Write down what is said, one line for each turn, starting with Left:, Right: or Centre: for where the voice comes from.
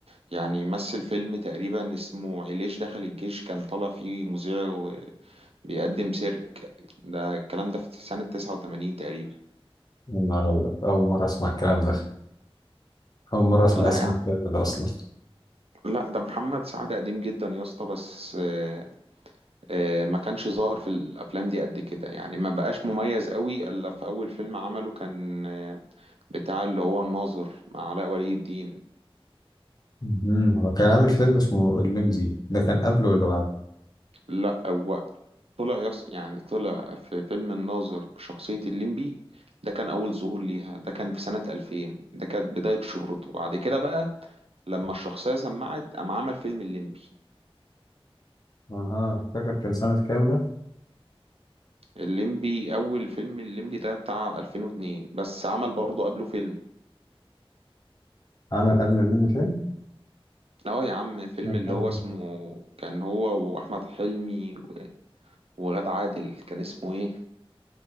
Right: يعني مثل فيلم تقريبا اسمه علاج دخل الجيش كان طالع فيه مذيع وبيقدم سيرك ده الكلام ده في سنة 89 تقريبا
Left: من مرة اول مرة اسمع الكلام ده اول مرة اسمع
Right: لا
Left: اسم
Right: يا عم
Left: الفيلم ده اصلا
Right: لا ده محمد سعد قديم جدا يا اسطى بس آه، آه، ما كانش ظاهر في الافلام دي قد كده يعني ما بقاش مميز قوي الا في اول فيلم عمله كان آه، بتاع اللي هو الناظر مع علاء ولي الدين
Left: مهم. هو كان عامل فيلم اسمه الليمبي ده كان قبله ولا بعد
Right: لا هو طلع يص... يعني طلع في فيلم الناظر بشخصية الليمبي ده كان أول ظهور ليها ده كان في سنة 2000 ده كانت بداية شهرته بعد كده بقى لما الشخصية سمعت قام عمل فيلم الليمبي
Left: اها فاكر كان سنة كام ده
Right: الليمبي أول فيلم الليمبي ده بتاع 2002 بس عمل برضه قبله فيلم
Left: عمل قبل الليمبي فيلم
Right: اه يا عم فيلم
Left: كان
Right: اللي
Left: سنة-
Right: هو اسمه كان هو وأحمد حلمي وغادة عادل كان اسمه ايه؟